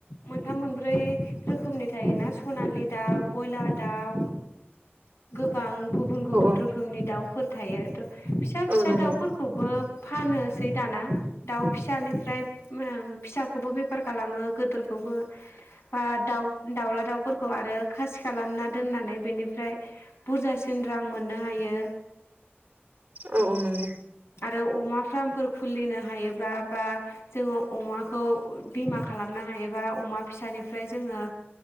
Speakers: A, on the left (about 90°); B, on the right (about 30°).
A: मोनथाम मोनब्रै रोखोमनि थायोना सनालि दाउ बयलार दाउ गोबां गुबुन गुबुन
B: औ
A: रोखोमनि दाउफोर थायो फिसा फिसा
B: औ नंगौ
A: दाउफोरखौ खौबो फानोसै दाना दाउ फिसानिफ्राय फिसाखौबो बे फोर खालामो गोदोरखौबो बा दाउ दाउला दाउफोरखौ आरो खासि खालामना दोननानै बेनिफ्राय बुरजासिन रां मोननो हायो।
B: औ औ नंगौ।
A: आरो अमा फार्मफोर खुलिनो हायोब्ला बा जोङो अमाखौ बिमा खालामनो हायोबा अमा फिसानिफ्राय जोङो